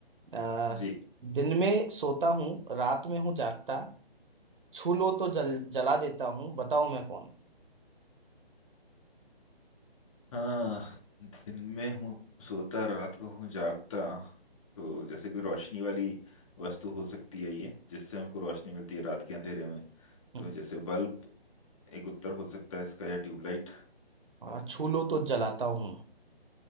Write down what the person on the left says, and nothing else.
हैं। जी
हाँ दिन में हूँ सोता रात को हूँ जागता तो जैसे कोई रोशनी वाली वस्तु हो सकती है ये जिससे हमको रोशनी मिलती है रात के अंधेरे में
तो जैसे बल्ब एक उत्तर हो सकता है इसका या ट्यूबलाइट